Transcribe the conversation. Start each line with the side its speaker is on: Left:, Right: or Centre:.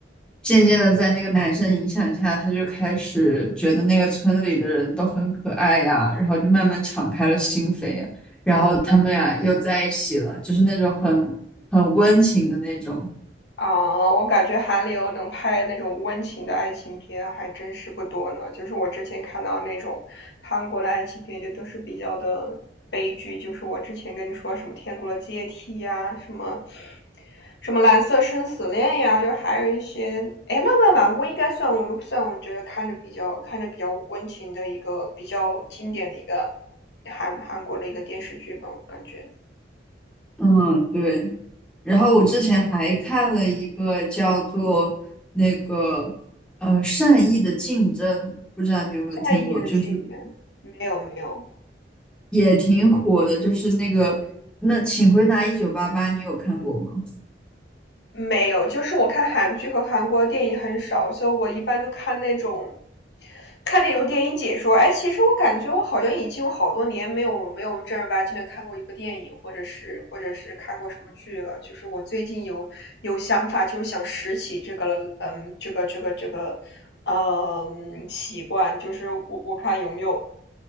Centre: 渐渐的，在那个男生影响下，他就开始觉得那个村子里的人都很可爱呀，然后就慢慢敞开了心扉呀。然后他们俩又在一起了，
Left: 嗯。
Centre: 就是那种很很温情的那种。
Left: 啊，我感觉韩流能拍那种温情的爱情片还真是不多呢。就是我之前看到那种韩国的爱情片，就都是比较的悲剧。就是我之前跟你说什么《天国的阶梯》呀，什么什么《蓝色生死恋》呀，就还有一些，哎，《浪漫满屋》应该算我算我觉得看着比较看着比较温情的一个比较经典的一个韩韩国的一个电视剧吧，我感觉。
Centre: 嗯，对。然后我之前还看了一个叫做那个呃善意的竞争，不知道你有没有听过，
Left: 在意的纪元没有没有。
Centre: 就是也挺火的，就是那个那请回答一九八八，你有看过吗？
Left: 没有，就是我看韩剧和韩国电影很少，所以我一般都看那种，看那种电影解说。哎，其实我感觉我好像已经有好多年没有没有正儿八经的看过一部电影，或者是或者是看过什么剧了。就是我最近有有想法，就是想拾起这个了，嗯，这个这个这个，嗯，习惯，就是我我看有没有